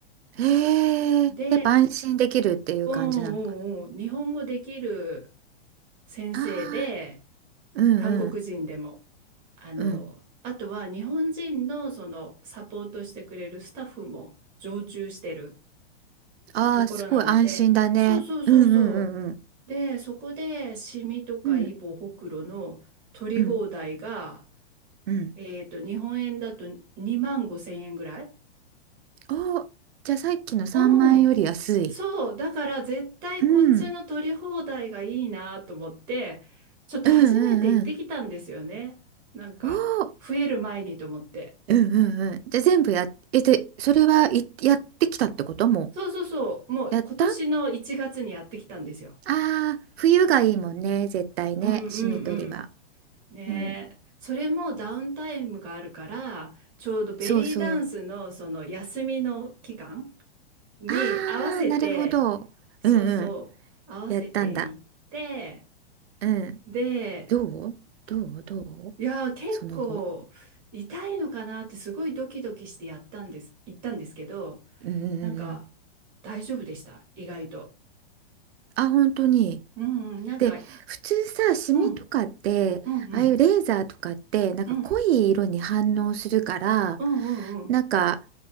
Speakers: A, on the right; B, on the right.
A: へえ、
B: で、
A: やっぱ安心できるっていう感じなのかな。
B: うんうんうん、日本語できる先生で、
A: ああ、うん、
B: 韓国人でも、
A: うん。
B: あの、
A: うん。
B: あとは日本人のそのサポートしてくれるスタッフも常駐してる
A: ああ、
B: ところなので、
A: すごい安心だね。
B: そうそうそうそ
A: うんうんうんうん。
B: う。で、そこでシミとかイボ、
A: うん
B: ホクロの取り放題が、
A: うんうん。
B: えっと、日本円だと2万5千円ぐらい
A: おー、じゃあさっきの3万円より安い。
B: うん。そう。だから絶対こっちの取り放題がいいなと思って、
A: うん。
B: ちょっと初めて行ってきたんですよね。
A: うんうんうん。
B: なんか、
A: おー、
B: 増える前にと思って。
A: うんうんうん。じゃあ全部やっ、え、で、それはいやってきたってことも
B: そうそうそう。もう今年の1月にやってきたんですよ。
A: うやったああー、冬がいいもんね、絶対ね、
B: うんうんうん。
A: しみ取りは。
B: ねえ。
A: うん。
B: それもダウンタイムがあるから、ちょうどベリーダンスのその休みの期間
A: そうそう。
B: に合わせて、
A: ああ、なるほど。
B: そうそう、
A: うんうん。
B: 合わせていって、
A: やったんだ。うん。
B: で、
A: どうどうどう
B: いやー、結構痛いのかなってすごいドキドキしてやったんです、
A: その後。
B: 行ったんですけど、
A: うん。
B: なんか大丈夫でした、意外と。
A: あ、本当に。
B: うん、うんなんか、
A: で、普通さ、シミとかって、
B: うん、うん、
A: ああいうレーザーとかって、
B: うん、
A: なんか濃い色に反応するから、
B: うん、うん、うん、うん、
A: なんか、